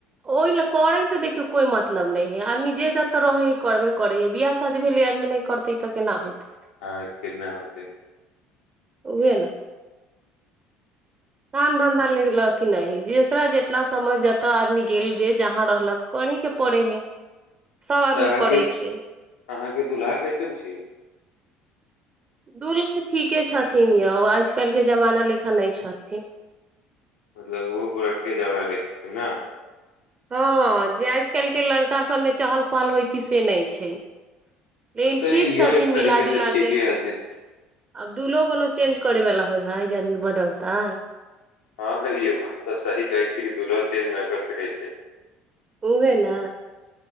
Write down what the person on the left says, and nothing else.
हँ केना होतै
तऽ अहाँके
अहाँके दुल्हा कैसन छी
मतलब ओहो पुरठके झवरा ले ने
तऽ
इहो
एक
तरीके से
ठीके
हथि
हँ इहो बात तऽ सही कहै छै कि दुल्हहो चेंज नहि कर सकै छै